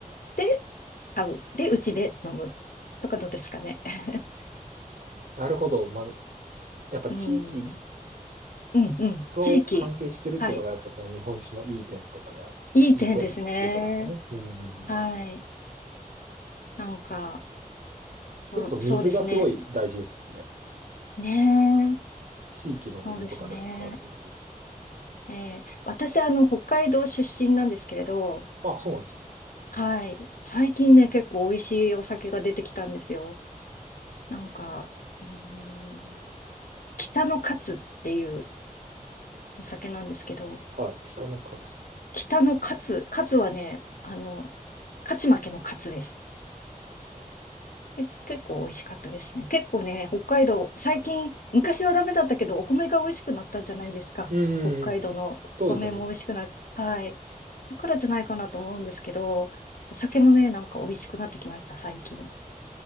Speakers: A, on the left; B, on the right.
A: で、買う。で、うちで飲む。とかどうですかね。<laughs>
B: なるほど。まあ、やっぱ地域
A: うん。うん、うん。
B: と関係してるっていうのが、
A: 地域。はい。
B: やっぱその日本酒のいい点とかである。
A: いい点ですね。
B: いい点っていうことですかね。うんうんうんうん。
A: はい。なんか、そう、
B: それこそ水がすごい大事ですもんね。
A: そうですね。ねえ。
B: 地域の水とかでも変わってくる。
A: そうですね。ええ、私、あの、北海道出身なんですけれど、
B: あ、そうなんです
A: はい。最近ね、結構美味しいお酒が出てきたんですよ。なんか、うーん、北のカツっていうお酒なんですけど、
B: か。はい。北の勝つ。
A: 北のカツ、カツはね、あの、勝ち負けのカツです。え結構美味しかったですね。結構ね、北海道、最近、昔はダメだったけど、お米が美味しくなったじゃないですか。
B: うんうんうん。
A: 北海道のお米も美味しくな、
B: そうですよね。い
A: はい。だからじゃないかなと思うんですけど、お酒もね、なんか美味しくなってきました、最近。